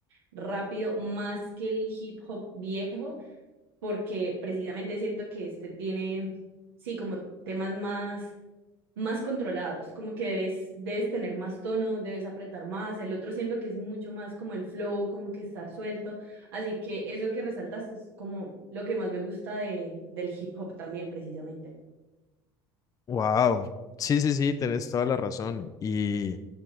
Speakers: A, on the right (about 85°); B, on the left (about 30°).
A: rápido, más que el hip hop viejo, porque precisamente siento que este tiene, sí, como temas más más controlados, como que debes, debes tener más tono, debes apretar más, el otro siento que es mucho más como el flow, como que estar suelto, así que eso que resaltaste es como lo que más me gusta de, del hip hop también precisamente.
B: Wow, sí, sí, sí, tenés toda la razón. Y,